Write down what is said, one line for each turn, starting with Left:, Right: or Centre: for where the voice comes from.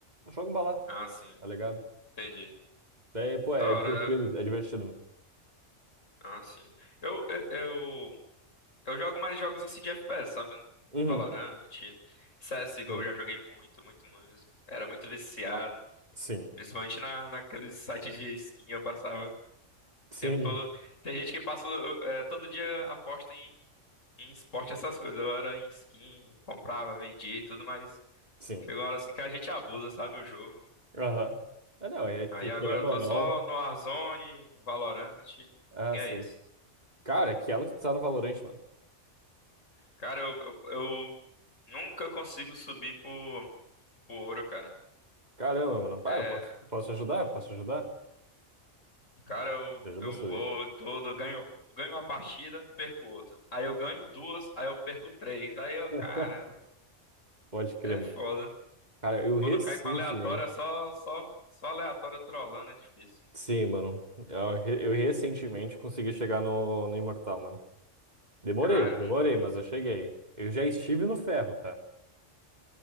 Right: Joga um balatro,
Left: Ah, sim.
Right: tá ligado?
Left: Entendi.
Right: Daí, pô, é
Left: Da
Right: divertido,
Left: hora. é-
Right: é divertido.
Left: Ah, sim. Eu, eu, eu Eu jogo mais jogos assim de FPS, sabe?
Right: Uhum,
Left: Valorant, CSGO,
Right: sim,
Left: eu já joguei muito, muito mesmo. Era muito viciado.
Right: sim,
Left: Principalmente na, naqueles sites de skin, eu passava o
Right: sim,
Left: tempo todo. Tem gente que passa eh, todo dia aposta em, em esporte, essas coisas. Eu era em skin, comprava, vendia e tudo, mas
Right: sim.
Left: chegou uma hora assim que a gente abusa, sabe, o jogo.
Right: Aham. Mas Não, é que
Left: Aí
Right: querendo
Left: agora eu tô
Right: ou não.
Left: só no Warzone, um Valorant, e
Right: Ah,
Left: é
Right: sim.
Left: isso.
Right: Cara, é que ela que tu tá no Valorant, mano.
Left: Cara, eu, eu, eu nunca consigo subir pro, pro ouro, cara.
Right: Caramba, mano.
Left: É,
Right: Ah, eu posso, posso te ajudar? Posso te ajudar?
Left: Cara, eu,
Right: Te ajuda
Left: eu
Right: a subir.
Left: vou todo, ganho, ganho uma partida, perco outra. Aí eu ganho duas, aí eu perco três. Aí eu,
Right: <laughs>
Left: caramba,
Right: Pode crer,
Left: é
Right: mano.
Left: foda.
Right: Cara, eu
Left: Quando
Right: recentemente.
Left: cai com aleatório, é só, só, só aleatório trolando, é difícil.
Right: Sim, mano. Eu, re- eu recentemente consegui chegar no, no Imortal, mano. Demorei,
Left: Caramba,
Right: demorei, mas eu cheguei. Eu já estive no ferro, tá?